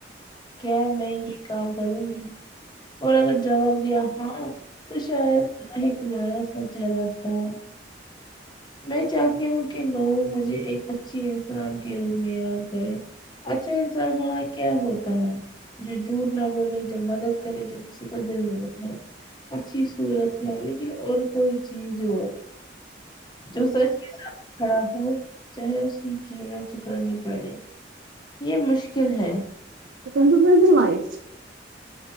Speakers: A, on the left; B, on the right.
A: کیا میں یہ کام کروں گی اور اگر جواب دیا ہاں تو شاید تمہارا سچا راستہ ہے میں چاہتی ہوں کہ لوگ مجھے ایک اچھیے انسان کے روپ میں یاد کرے اچھا انسان ہونا کیا ہوتا ہے جو جوٹ نہ بولے جو مدد کرے جو کسی کا دل نہ دکھائے اچھی صورت ہے لیکن اور کوئی چیز جوڑو جور کے ساتھ کھڑا ہو چاہے اس کی قیمت چکانی پڑے یہ مشکل ہے
B: تو تو م د وائ